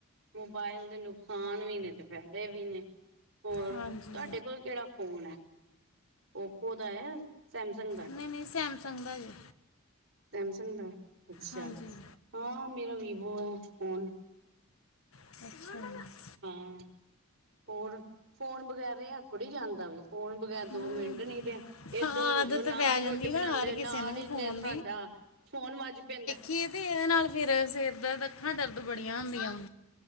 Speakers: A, on the right (about 65°); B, on the left (about 85°).
A: ਮੋਬਾਇਲ ਦੇ ਨੁਕਸਾਨ ਵੀ ਨੇ, ਤੇ ਫੈਦੇ ਵੀ ਨੇ। ਹੋਰ,
B: ਹਾਂਜੀ
A: ਤਾਡੇ ਕੋਲ ਕੇੜਾ ਫੋਨ ਐ। ਓਪੋ ਦਾ ਐ ਸੈਮਸੰਗ ਦਾ,
B: ਨਹੀਂ ਨਹੀਂ ਸੈਮਸੰਗ ਦਾ ਜੀ
A: ਸੈਮਸੰਗ ਦਾ। ਅੱਛਾ
B: ਹਾਂਜੀ
A: ਹਾਂ, ਮੇਰਾ ਵੀਵੋ ਐ ਫੋਨ।
B: <unintelligible> ਅੱਛਾ।
A: ਹਾਂ। ਹੋਰ ਫੋਨ ਬਗੈਰ ਰੇਆ ਥੋੜ੍ਹੀ ਜਾਂਦਾ ਵੇ, ਫੋਨ ਬਗੈਰ
B: ਨਹੀਂ
A: ਦੋ ਮਿੰਟ ਨੀਂ ਰੇਆ ਏਦਰ
B: ਹਾਂ
A: ਹ
B: ਆਦਤ
A: ਜੋ ਨਾਲ
B: ਪੈ ਜਾਂਦੀ
A: ਰੋਟੀ
B: ਨਾ
A: ਬਣਾਦੇ
B: ਹਰ
A: ਹੋ
B: ਕਿਸੇ
A: ਨਾਲ
B: ਨੂੰ
A: ਈਂ
B: ਫੋਨ
A: ਤੇ ਸਾਡਾ ਫੋਨ ਵੱਜ ਪੈਂਦੈ।
B: ਈਜੀ ਤੇ ਏਦੇ ਨਾਲ ਫੇਰ ਸਿਰ, ਅੱਖਾਂ ਦਰਦ ਬੜੀਆਂ ਹੁੰਦੀਆਂ ਵਾਂ।